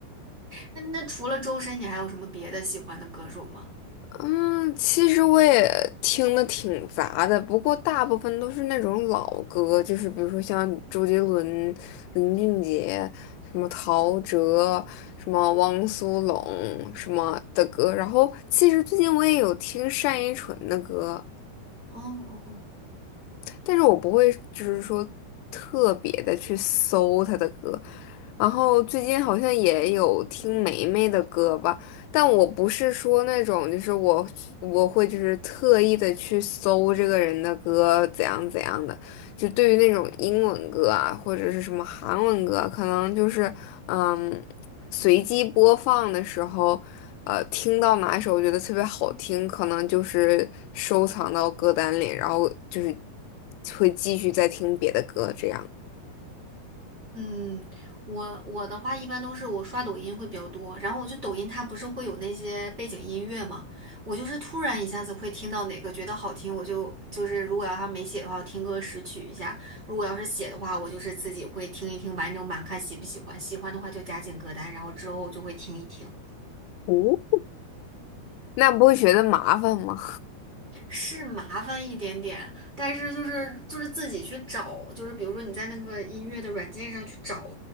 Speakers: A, on the right (about 20°); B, on the left (about 85°).
A: 那那除了周深，你还有什么别的喜欢的歌手吗？
B: 嗯，其实我也听的挺杂的，不过大部分都是那种老歌，就是比如说像周杰伦、林俊杰、什么陶喆、什么汪苏泷什么的歌。然后其实最近我也有听单依纯的歌，
A: 哦哦哦。
B: 但是我不会就是说特别的去搜他的歌。然后最近好像也有听梅梅的歌吧，但我不是说那种，就是我我会就是特意的去搜这个人的歌怎样怎样的，就对于那种英文歌啊，或者是什么韩文歌啊，可能就是嗯。随机播放的时候，呃，听到哪一首我觉得特别好听，可能就是收藏到歌单里，然后就是会继续再听别的歌，这样。
A: 嗯，我我的话一般都是我刷抖音会比较多，然后我就抖音它不是会有那些背景音乐嘛，我就是突然一下子会听到哪个觉得好听，我就就是如果要它没写的话，我听歌识曲一下；如果要是写的话，我就是自己会听一听完整版，看喜不喜欢，喜欢的话就加进歌单，然后之后就会听一听。
B: 哦，那不会觉得麻烦吗？
A: 是麻烦一点点，但是就是就是自己去找，就是比如说你在那个音乐的软件上去找